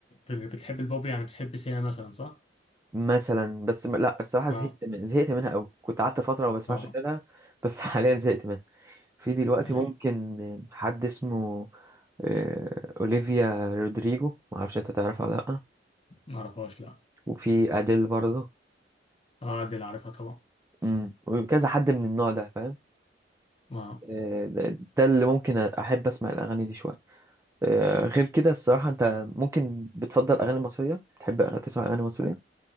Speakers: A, on the left; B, on the right.
A: بتحب البوب يعني بتحب سيا مثلا صح؟
B: مثلا بس م- لا الصراحه
A: اه
B: زهقت من... زهقت منها قوي كنت قعدت فتره ما بسمعش
A: اه
B: اغانيها بس <laughs> حاليا زهقت منها في دلوقتي
A: اي
B: ممكن حد اسمه آه، اوليفيا رودريجو ما اعرفش انت تعرفها ولا لا
A: معرفهاش لا
B: وفي اديل برضه
A: اه دي اللي عارفها طبعا
B: امم وكذا حد من النوع ده فاهم
A: اه
B: آه، ده ده اللي ممكن احب اسمع الاغاني دي شويه آه، غير كده الصراحه انت ممكن بتفضل اغاني مصريه تحب أغ- تسمع اغاني مصريه